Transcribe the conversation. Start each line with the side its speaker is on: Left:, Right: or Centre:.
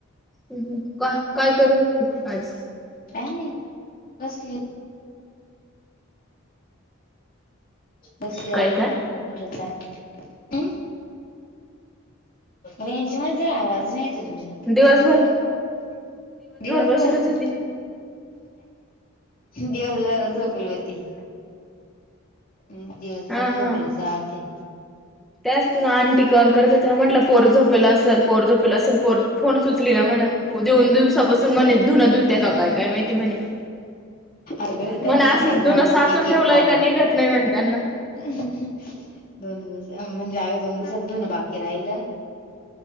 Centre: हं हं का काय करीत होतीस आज?
Left: काय नाही बसलीय. बसले
Centre: काय
Left: आहे
Centre: काय
Left: <unintelligible> हम् रेंज मध्ये ये आवाज नाय येत.
Centre: दिवसभर
Left: <unintelligible> दिवसभर
Centre: बसेलच
Left: का?
Centre: होती
Left: दिवसभर झोपली व्हती. मी दिवसभर
Centre: हा
Left: झोपलेच
Centre: हा
Left: राहते.
Centre: त्याच तुला आंटी कॉल करत होत्या. म्हटलं पोर झोपलेला असेल, पोर झोपेला असेल पोर फोनच उचली ना म्हणा. दोन दिवसापासून मणे धुन धुत्या काय काय माहिती म्हणे?
Left: अगं
Centre: म्हण
Left: त्यांनी सकाळी
Centre: असंच
Left: झाले
Centre: धुनं साचून
Left: एक
Centre: ठेवलंय
Left: एक कॉल
Centre: का निघत नाही म्हणे त्यांना.
Left: दोन दिवस म्हणजे अगं दोन दिवसाच धुन बाकी राहिलं.